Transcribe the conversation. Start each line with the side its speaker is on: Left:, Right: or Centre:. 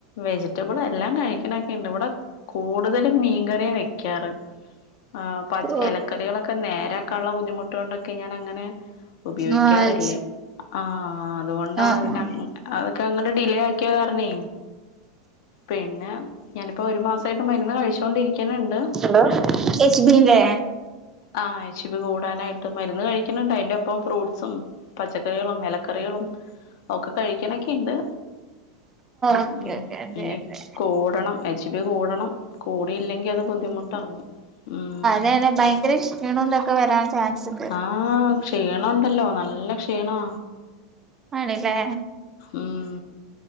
Left: വെജിറ്റബിളെല്ലാം കഴിക്ക്ണക്ക്ണ്ട് വടെ കൂട്തലും മീൻകറ്യാ വെക്കാറ് ആഹ് പച്
Right: ഓ
Left: എലക്കറികളൊക്കെ നേരാക്കാള്ള ബുദ്ധിമുട്ടോണ്ടൊക്കെ ഞാനങ്ങനെ ഉപയോഗിക്കാറില്ല
Right: ആഹ്
Left: ആ അതുകൊണ്ടാണ്
Right: ആഹ്
Left: പിന്നെ
Right: ആഹ്
Left: അതൊക്കെങ്ങട് ഡിലേ ആ ക്ക്യ കാര്ണേ പിന്നെ ഞാനിപ്പോ ഒരു മാസായിട്ട് മരുന്ന് കഴിച്ചുകൊണ്ടിരിക്ക്ണ് ണ്ട്
Right: ഹലോ എച്ച് ബീന്റെ
Left: ആഹ് എച്ച്ബി കൂടാനായിട്ട് മര്ന്ന് കഴി ക്ക്ണ് ണ്ട് അയ്ന്റൊപ്പം ഫ്രൂട്സും പച്ചക്കറികളും എലക്കറികളും ഒക്കെ കഴിക്ക്ണെക്കെണ്ട്
Right: ഓക്കെ
Left: ഉം
Right: ഓക്കെ അതെ
Left: ഇനി
Right: അതെ
Left: കൂടണം എച്ച്ബി കൂടണം കൂടിയില്ലെങ്കി അത് ബുദ്ധിമുട്ടാവും ഉം
Right: ന്നേനെ ഭയങ്കര ക്ഷീണംതൊക്കെ വെരാൻ ചാൻസ്ണ്ട്
Left: ആഹ് ക്ഷീണൊണ്ടല്ലോ നല്ല ക്ഷീണാ
Right: ആണ്ലേ
Left: ഉം